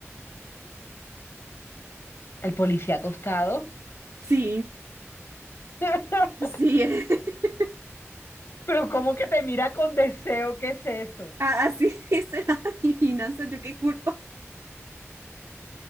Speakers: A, on the left; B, on the right.
A: El policía acostado.
B: Sí,
A: <laughs>
B: sí. <laughs>
A: Pero ¿cómo que te mira con deseo? ¿Qué es eso?
B: a- Así es la adivinanza. Yo qué culpa.